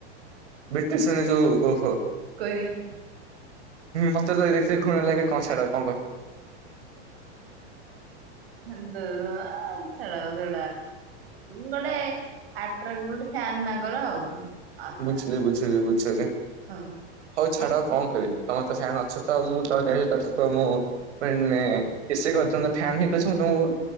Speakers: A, on the right (about 75°); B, on the right (about 60°).
A: ବ୍ରିଟିଶ ମାନେ ଯୋଉ ଓହୋ
B: କୋରିଆନ୍
A: ମତେ ଯଖ ଘୁଣା ଲାଗେ କଣ ାଡ଼କୁ
B: ଏ ଚ ସେଟା ସେ ଗୋଟୋ ଗୋଟେ ଫନ୍ ତାଙ୍କର ଆଉ ଅଲଗା
A: ବୁଝିଲେ ବୁଝିଲି ବୁଝିଲି
B: ହଁ
A: ହଉ ଛାଡ କଣ କରିବା? ତମର ତ ଫ୍ୟାନ୍ ଅଛ ତ ମୁଁ। ତଶ ତ ତା ମୁଁ ବ ମ ଏେ କ ତ ଫନ୍ ହେଇକି ମୁ ତମ